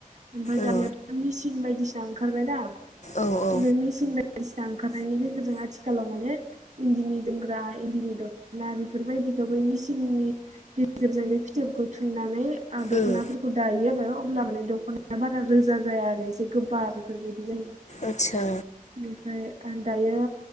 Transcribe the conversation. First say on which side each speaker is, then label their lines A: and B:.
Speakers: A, on the right (about 50°); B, on the left (about 50°).
A: ओमफाय दानियाथ'
B: औ
A: मिसिं बायदिसि सिना ओंखारबायना
B: औ औ
A: थ' बे मिचिं बायदिसिना ओंखारनायनि गेजेरजों आथि खालाव माने इन्दिनि जोमग्रा इन्दिनि दं ना बेफोरबायदिखौ बै मिसिननि गेजेरजों बे फिथोबखौ थुननानै आं दख'नाफोरखौ
B: उम
A: दायो आरो अब्ला माने दख'नाया बारा रोजा जाया आरो एसे गोबा बेफोरबाय दि जायो
B: आदसा
A: बेनिफ्राय ओ दायो